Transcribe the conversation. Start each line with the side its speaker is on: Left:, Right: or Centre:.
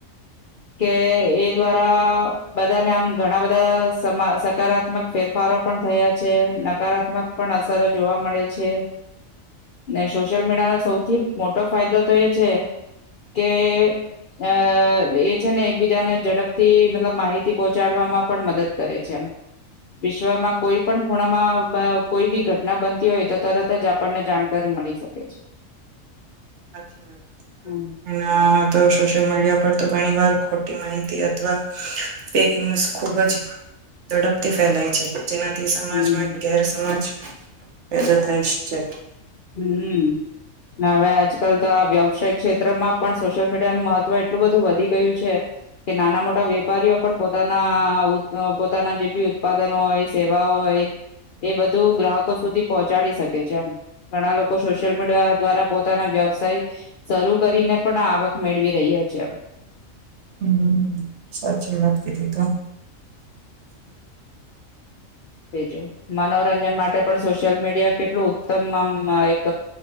Left: કે એ દ્વારા બધાને આમ ઘણા બધા સકારાત્મક ફેરફારો પણ થયા છે નકારાત્મક પણ અસરો જોવા મળે છે ને સોશિયલ મીડિયા ન સૌથી મોટો ફાયદો તો એ છે કે અ એ છે ને એકબીજાને ઝડપથી મતલબ માહિતી પહોંચાડવામાં પણ મદદ કરે છે એમ વિશ્વમાં કોઈ પણ ખૂણામાં કોઈ બી ઘટના બનતી હોય તો તરત જ આપણને જાણકારી મળી શકે છે
Right: સાચી વાત
Left: હમ
Right: એના તો સોશિયલ મીડિયા પર ઘણી વાર ખોટી માહિતી અથવાેક ન્યઝ ખુબ જ ઝડપથી ફેલાય છે જેનાથી સમાજમાં
Left: હમ
Right: ગેર સમાજ પે તો થાય જ છે
Left: હમ હવે આજકાલ તો આ વ્યવસાય ક્ષેત્રમાં પણ સોશિયલ મીડિયાનું મહત્વ એટલું બધું વધી ગયું છે કે નાના મોટા વેપારીઓ પણ પોતાના પોતાના જે બી ઉત્પાદનો હોય સેવા હોય એ બધું ગ્રાહકો સુધી પહોંચાડી શકે કે ઘણા લોકો સોશિયલ મીડિયા દ્વારા પો પોતાના વ્યવસાય શરૂ કરીને પણ આવક મેળવી રહીયા છે એમ
Right: હમ સાચી વાત કીધી તો.
Left: બીજું મનોરંજન માટે પણ સોશિયલ મીડિયા કેટલું ઉત્તમ આમ એક